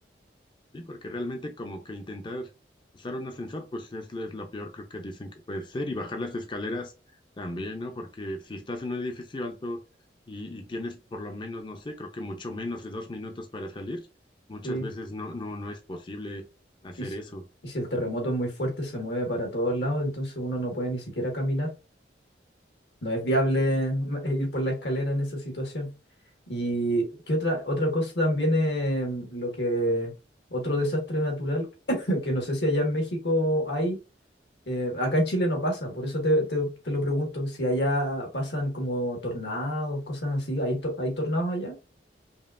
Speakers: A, on the left; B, on the left.
A: Sí, porque realmente como que intentar usar un ascensor, pues es, lo- es lo peor creo que dicen que puede ser, y bajar las escaleras también, ¿no? Porque si estás en un edificio alto y, y tienes por lo menos, no sé, creo que mucho menos de dos minutos para salir, muchas
B: Sí.
A: veces no, no, no es posible hacer
B: Y si,
A: eso.
B: y si el terremoto es muy fuerte, se mueve para todos lados, entonces uno no puede ni siquiera caminar. No es viable <laughs> ir por la escalera en esa situación. Y qué otra, otra cosa también es lo que, otro desastre natural, <laughs> <clears throat> que no sé si allá en México hay Eh, acá en Chile no pasa, por eso te, te- te lo pregunto, si allá pasan como tornados, cosas así, ¿hay, to- hay tornados allá?